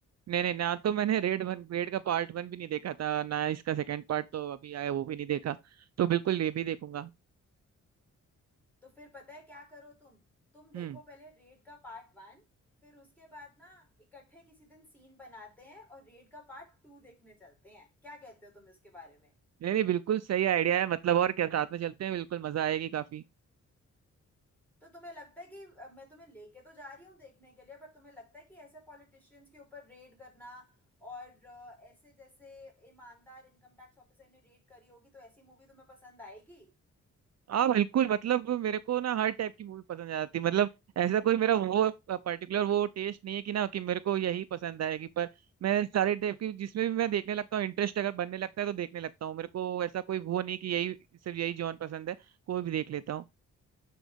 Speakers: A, on the right; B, in the centre.
A: नहीं नहीं ना तो मैंने रेड वन रेड का पार्ट वन भी नहीं देखा था ना इसका सेकंड पार्ट तो अभी आया वो भी नहीं देखा तो बिल्कुल ये भी देखूंगा
B: तो फिर पता है क्या करो तुम तुम देखो
A: हम्म
B: पहले रेड का पार्ट वन फिर उसके बाद ना इकट्ठे किसी दिन सीन बनाते हैं और रेड का पार्ट टू देखने चलते हैं क्या कहते हो तुम इसके बारे में
A: नहीं नहीं बिल्कुल सही आइडिया है मतलब और क्या साथ में चलते हैं बिल्कुल मजा आएगी काफी
B: तो तुम्हें लगता है कि अ, मैं तुम्हें लेके तो जा रही हूँ देखने के लिए पर तुम्हें लगता है कि ऐसे पॉलिटिशियंस के ऊपर रेड करना और अ, ऐसे जैसे ईमानदार इनकम टैक्स ऑफिसर ने रेड करी होगी तो ऐसी मूवी तुम्हें पसंद आएगी
A: हाँ बिल्कुल मतलब मेरे को ना हर टाइप की मूवी पसंद आ जाती है मतलब ऐसा कोई मेरा वो पर्टिकुलर वो टेस्ट नहीं है कि ना कि मेरे को यही पसंद आएगी पर मैं सारे टाइप की जिसमें भी मैं देखने लगता हूँ इंटरेस्ट अगर बनने लगता है तो देखने लगता हूँ मेरे को ऐसा कोई वो नहीं कि यही सिर्फ यही जॉन पसंद है कोई भी देख लेता हूँ